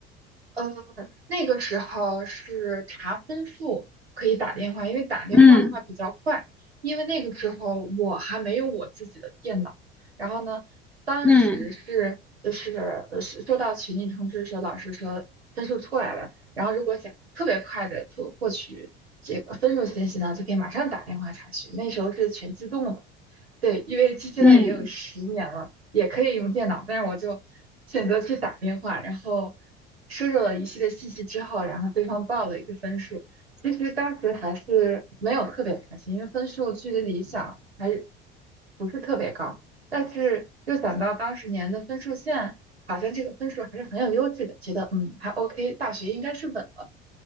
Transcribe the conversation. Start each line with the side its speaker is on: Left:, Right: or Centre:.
Right: 呃，那个时候是查分数可以打电话，因为打电话的话比较快。
Centre: 嗯
Right: 因为那个时候我还没有我自己的电脑，然后呢，当时是就是呃是收到群里通知说老师说分数出来了，
Centre: 嗯
Right: 然后如果想特别快的获获取这个分数信息呢，就可以马上打电话查询。那时候是全自动的。对，因为这现在也有十年了，
Centre: 嗯，
Right: 也可以用电脑，但是我就选择去打电话，然后输入了一系列信息之后，然后对方报了一个分数。其实当时还是没有特别开心，因为分数距离理想还是不是特别高，但是又想到当时年的分数线，好像这个分数还是很有优势的，觉得嗯还 OK，大学应该是稳了。